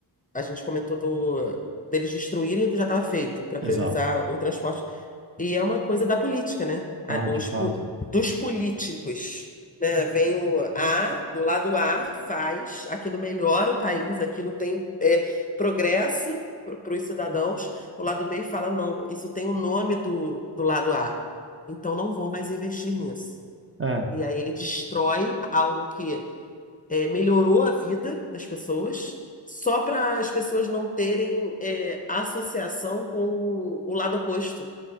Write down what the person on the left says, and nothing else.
A gente comentou do, deles destruírem o que já estava feito para priorizar
o transporte E é uma coisa da política, né? A-
Os,
po- dos políticos, né? Vem o A, do lado A, faz, aquilo melhora o país, aquilo tem é, progresso para os cidadãos. O lado B fala, não, isso tem o nome do, do lado A, então não vou mais investir nisso.
E aí ele destrói algo que é, melhorou a vida das pessoas, só para as pessoas não terem é, associação com o lado oposto